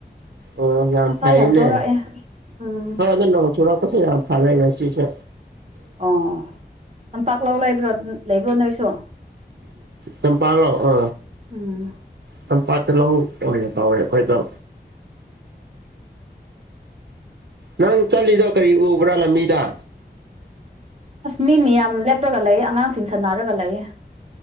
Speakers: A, on the right; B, on the right.
A: ꯑꯣ ꯌꯥꯝ
B: ꯅꯨꯡꯁꯥ
A: ꯐꯩꯅꯦ
B: ꯊꯣꯔꯛꯑꯦ ꯎꯝ
A: ꯍꯣꯏ ꯑꯗꯨꯗꯣ ꯅꯣꯡ ꯆꯨꯔꯛꯄꯁ ꯌꯥꯝ ꯐꯔꯦ ꯉꯁꯤꯁꯨ
B: ꯑꯣ ꯂꯝꯝꯄꯥꯛꯂꯥꯎ ꯂꯩꯕ꯭ꯔꯣ ꯂꯩꯕ꯭ꯔꯣ ꯅꯣꯏꯁꯨ
A: ꯅꯝ ꯄꯥꯂꯣ ꯑ
B: ꯎꯝ
A: ꯂꯝꯝ ꯄꯥꯠꯇ ꯂꯧꯔꯦ ꯇꯧꯋꯦ ꯑꯩꯈꯣꯏꯗꯣ ꯅꯪ ꯆꯠꯂꯤꯗꯣ ꯀꯔꯤ ꯎꯕ꯭ꯔꯥ ꯂꯝꯕꯤꯗ
B: ꯑꯁ ꯃꯤ ꯃꯤꯌꯥꯝ ꯂꯦꯞꯄꯒ ꯂꯩꯌꯦ ꯑꯉꯥꯡꯁꯤꯡ ꯁꯥꯟꯅꯔꯒ ꯂꯩꯌꯦ